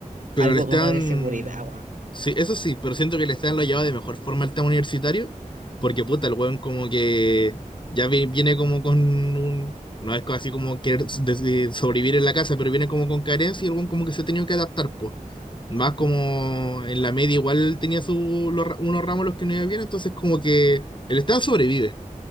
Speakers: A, on the left; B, on the right.
A: Pero
B: algo
A: le están.
B: como de seguridad, weón.
A: Sí, eso sí, pero siento que le están lo ha llevado de mejor forma al tema universitario, porque puta, el weón como que ya vi- viene como con un. No es co- así como querer s- des- de sobrevivir en la casa, pero viene como con carencia y el weón como que se ha tenido que adaptar, pues. Más como
B: ¿Mm?
A: en la media igual tenía su, los ra- unos ramos los que no iba bien, entonces como que el Estado sobrevive.